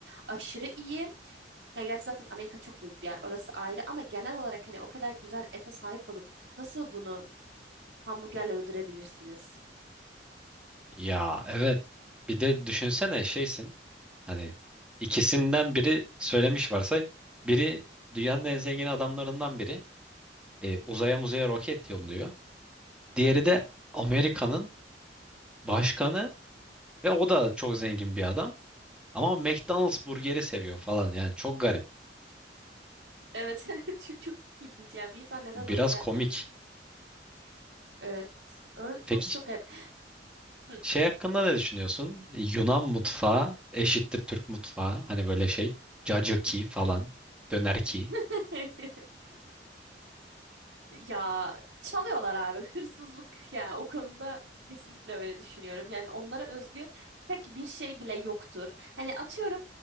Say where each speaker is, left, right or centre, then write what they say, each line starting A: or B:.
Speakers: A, on the right; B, in the centre.
A: Aşırı iyi. Ya gerçi zaten Amerika çok büyük bir yer. Orası ayrı ama genel olarak hani o kadar güzel ete sahip olup nasıl bunu hamburgerle öldürebilirsiniz?
B: Ya evet. Bir de düşünsene şeysin. Hani ikisinden biri söylemiş varsay. Biri dünyanın en zengin adamlarından biri. E, uzaya muzaya roket yolluyor. Diğeri de Amerika'nın başkanı ve o da çok zengin bir adam. Ama McDonald's burgeri seviyor falan. Yani çok garip.
A: Evet. <laughs> Çok, çok ilginç yani. Bir insan neden
B: Biraz
A: onu sever?
B: komik.
A: Evet. Öyle çok
B: Peki
A: çok hep. Hı.
B: Şey hakkında ne düşünüyorsun? Yunan mutfağı eşittir Türk mutfağı. Hani böyle şey. Cacıki falan. Dönerki.
A: <laughs> Ya çalıyorlar abi hırsızlık yani o konuda kesinlikle öyle düşünüyorum. Yani onlara özgü tek bir şey bile yoktur. Hani atıyorum